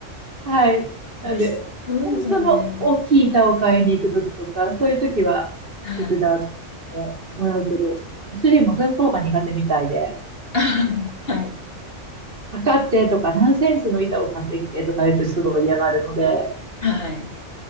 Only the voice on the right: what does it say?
はい。なんで、
本当の大きい板を買いに行くときとか、そういうときは手伝って
もらうけど、主人も寸法が苦手みたいで、
測ってとか何センチの板を買ってきてとか言うとすごい嫌がるので、